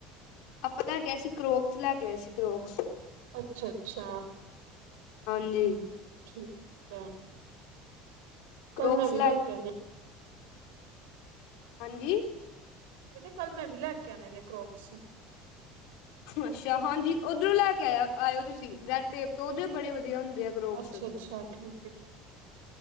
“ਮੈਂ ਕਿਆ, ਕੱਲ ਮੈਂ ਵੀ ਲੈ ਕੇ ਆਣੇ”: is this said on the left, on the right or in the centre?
Right